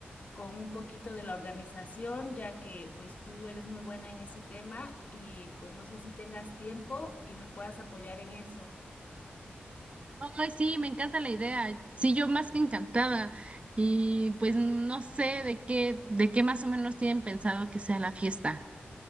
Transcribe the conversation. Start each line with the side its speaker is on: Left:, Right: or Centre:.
Left: con un poquito de la organización, ya que pues tú eres muy buena en ese tema y pues no sé si tengas tiempo y me puedas apoyar en eso.
Right: Ay, sí, me encanta la idea. Sí, yo más que encantada. Y pues no sé de qué, de qué más o menos tienen pensado que sea la fiesta.